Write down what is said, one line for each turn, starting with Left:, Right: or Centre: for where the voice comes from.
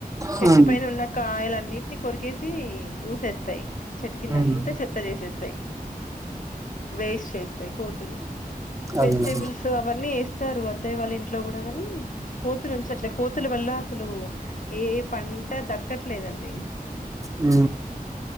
Left: చెట్టు
Right: హ్మ్.
Left: పైన ఉన్న కాయలన్నిటిని కొరికేసి ఊసేస్తాయి చెట్ కింద
Right: హ్మ్.
Left: అంతా చెత్త చేసేస్తాయి వేస్ట్ చేస్ కోతులు
Right: అదేలే
Left: వెజిటేబుల్స్ అవన్నీ వేస్తారు అత్తాయి వాళ్ళ ఇంట్లో కూడా గాని కోతులుంచట్లే కోతుల వల్ల అసలు ఏ పంట దక్కట్లేదండి
Right: ఊ